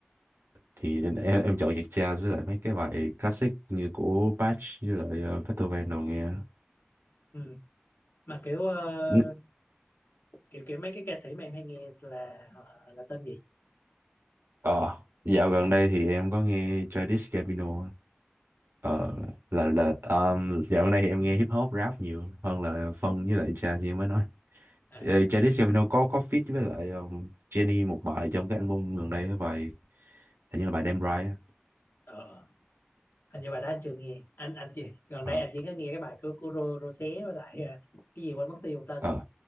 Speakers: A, on the right; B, on the left.
A: thì em, em chọn nhạc jazz với lại mấy cái bài classic như của Bach với lại ờ, Beethoven đồ nghe
B: Ừ. mà kiểu uh,
A: N-
B: kiểu kiểu mấy cái ca sĩ mà em hay nghe là họ là tên gì
A: ờ dạo gần đây thì em có nghe Childish Gambino á. ờ là là um, dạo gần đây thì em nghe hip hop rap nhiều hơn là phân với lại jazz như em mới nói
B: à
A: Ờ, Childish Gambino có có feat với lại um, Jenny một bài trong cái album gần đây cái bài hình như là bài Damn Right á.
B: ờ, hình như bài đó anh chưa nghe anh anh chỉ gần
A: Ờ,
B: đây anh chỉ có nghe cái bài của, của Rô, Rosé với lại uh, cái gì quên mất tiêu tên
A: ờ